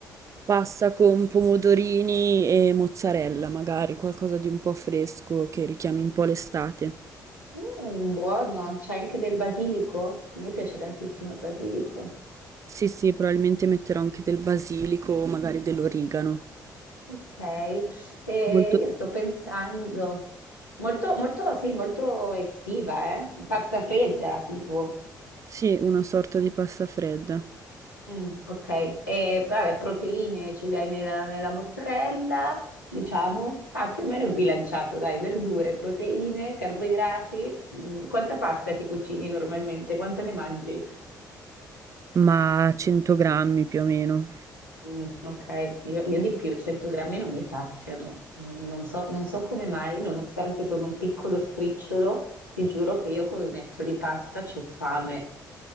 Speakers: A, on the right (about 30°); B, on the left (about 80°).
A: pasta con pomodorini e mozzarella, magari qualcosa di un po' fresco che richiami un po' l'estate.
B: Mm, buono, c'è anche del basilico? A me piace tantissimo il basilico.
A: Sì, sì, probabilmente metterò anche del basilico o magari dell'origano.
B: Ok, e
A: Molto...
B: io sto pensando, molto, molto, sì, molto estiva, eh? Pasta fredda, tipo.
A: Sì, una sorta di pasta fredda,
B: Mm, ok, e vabbè, proteine ce le hai nella, nella mozzarella, diciamo, ah, più o meno bilanciato, dai, verdure, proteine, carboidrati. Mm, quanta pasta ti cucini normalmente? Quanto ne mangi?
A: ma 100 grammi più o meno.
B: Mm, ok, io, io di più, 100 grammi non mi saziano, Mm, non so, non so come mai, nonostante sono un piccolo scricciolo, ti giuro che io con un etto di pasta ho fame.